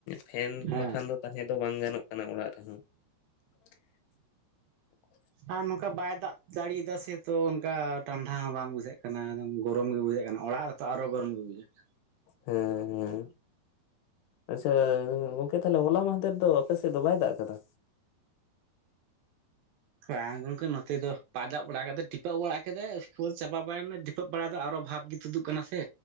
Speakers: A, on the left; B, on the right.
A: ᱯᱷᱮᱱ
B: ᱦᱮᱸ
A: ᱵᱟᱠᱷᱟᱱ ᱫᱚ ᱛᱟᱦᱮᱸ ᱫᱚ ᱵᱟᱝ ᱜᱟᱱᱚᱜ ᱠᱟᱱᱟ ᱚᱲᱟᱜ ᱨᱮ᱾ <unintelligible>
B: ᱟᱨ ᱱᱚᱝᱠᱟ ᱵᱟᱭ ᱫᱟᱜ ᱫᱟᱲᱮᱭᱟᱫᱟ ᱥᱮᱛᱚ ᱚᱱᱠᱟ ᱴᱟᱱᱰᱟᱷᱟ ᱦᱚᱸ ᱵᱟᱝ ᱵᱩᱡᱷᱟᱹᱜ ᱠᱟᱱᱟ ᱮᱠ ᱜᱚᱨᱚᱢ ᱜᱮ ᱵᱩᱡᱷᱟᱹᱜ ᱠᱟᱱᱟ ᱚᱲᱟᱜ ᱨᱮᱛᱚ ᱟᱨᱚ ᱜᱚᱨᱚᱢ ᱜᱮ ᱵᱩᱡᱷᱟᱹ ᱾
A: ᱦᱮᱸ ᱦᱮᱸ᱾ ᱟᱪᱪᱷᱟ ᱜᱚᱝᱠᱮ ᱛᱟᱦᱚᱞᱮ ᱦᱚᱞᱟ ᱢᱟᱦᱫᱮᱨ ᱫᱚ ᱟᱯᱮ ᱥᱮᱫ ᱫᱚ ᱵᱟᱭ ᱫᱟᱜ ᱟᱠᱟᱫᱟ?
B: ᱵᱟᱝ ᱜᱚᱝᱠᱮ ᱱᱚᱛᱮ ᱫᱚ ᱵᱟᱭ ᱫᱟᱜ ᱵᱟᱲᱟ ᱠᱟᱫᱟ, ᱴᱤᱯᱟᱹᱜ ᱵᱟᱲᱟ ᱠᱟᱛᱮ ᱪᱟᱵᱟ ᱵᱟᱲᱟᱭ ᱮᱱᱟ, ᱴᱷᱤᱯᱟᱹᱜ ᱵᱟᱲᱟ ᱫᱚ ᱟᱨᱚ ᱵᱷᱟᱵ ᱜᱮ ᱛᱩᱫᱩᱜ ᱠᱟᱱᱟ ᱥᱮ